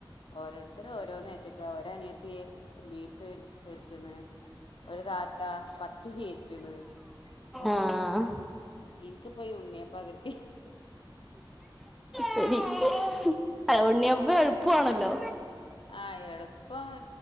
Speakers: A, on the left; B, in the centre.
A: ഓരോരുത്തർും ഓരോന്ന്റ്റക്കുക ഓരോ അനിയത്തി ബീഫ് ഏറ്റുണ് ഒരു താത്ത പത്തികഏറ്റുണ് അപ്പൊ
B: ആഹ്
A: എനിക്ക് പോ ഉണ്ണിയ പകട്ടി
B: ശരി അഹ് ഉണ്ണിയപ്പ എളുപ്പമാണല്ലോ
A: ആഹ് എളുപ്പം